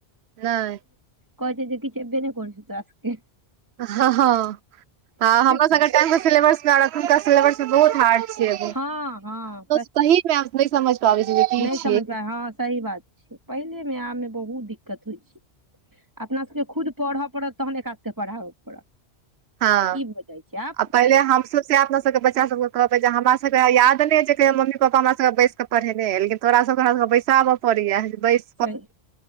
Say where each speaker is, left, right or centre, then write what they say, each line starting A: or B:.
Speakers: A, on the right; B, on the right.
A: नहि
B: कहै छै जे किछु नहि करऽ छौ तोरा सभकेँ
A: हँ हँ हँ हमर
B: कह
A: सबके टे सेबस मे एखुनका सिलेबस बहुत हार्ड छो
B: हँ हँ
A: <unintelligible> की
B: नहि
A: छियै
B: समझ पाय हँ सही बात छै पहिलेमे आब मे बहुत दिक्कत होइ छै अपना सबके खुद पढ़य पड़त तहन एकरा सभके पढ़ाबय पड़त
A: हँ
B: ई भऽ जाइ छै आब
A: पहिले हमस अपना सबके बच्चा सबके कहबै हमरा सबके याद नहि जे मम्मी पपापा हमरा सब बैस क पढ़ेने लेकिन तोरा सबराके बैसाब पड़यैस
B: सही